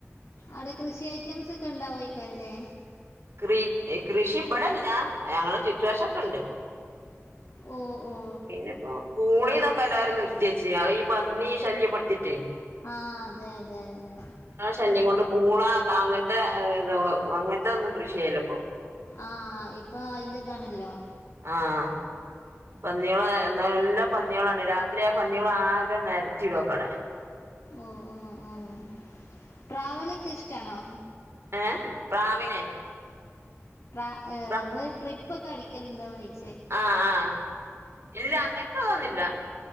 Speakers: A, on the left (about 65°); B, on the right (about 55°).
A: അവ്ടെ കൃഷി ഐറ്റംസ് ഒക്കെ ഉണ്ടാവോയിക്കാരല്ലേ
B: കൃ കൃഷി ഇബഡല്ല ഞങ്ങടെ ചുറ്റുവശക്ണ്ട്
A: ഓ ഓ
B: പിന്നെപ്പോ പൂളി തൊക്കെ എല്ലാരും നിർ ത്തിച്ചി അത് ഈ പന്നി ശല്യപ്പെടുത്തിട്ടെ
A: ആഹ് അതെ അതെ അതെ
B: ശല്യം കൊണ്ട് പൂള ക അങ്ങനത്തെ ഏഹ് ഇതോ അങ്ങനത്തെ ഒന്നും കൃഷി ചെയ്യല്ല ഇപ്പൊ
A: ആഹ് ഇപ്പൊ അയ്ന്റെ ഇതാണല്ലോ
B: ആഹ് പന്നികള് ന്നാല്ല എല്ലാ പന്നികളാണ് രാത്രി ആ പന്നികള് ആകെ നര്ത്തിടു ആക്കാടെ
A: ഓഹ് ഓഹ് ഓഹ് ട്രാവലൊക്കെ ഇഷ്ടാണോ
B: ഏഹ് പ്രാവിനെ
A: ട്രാ ഏഹ്
B: പ്ര
A: നിങ്ങള് ട്രിപ്പൊക്കടിക്കലുണ്ടോന്നൊയ്ക്ക
B: ആഹ് ആഹ് ഇല്ല അങ്ങനത്തെ തോന്നില്ല